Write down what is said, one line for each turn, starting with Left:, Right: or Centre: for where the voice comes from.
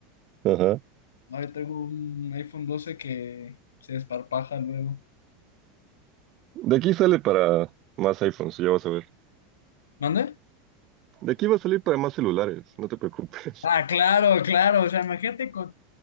Right: Ajá.
Left: No, yo tengo un iPhone 12 que se desparpaja luego.
Right: De aquí sale para más iPhones, ya vas a ver.
Left: ¿Mande?
Right: De aquí va a salir para más celulares, no te preocupes.
Left: Ah, claro, claro. O sea, imagínate con.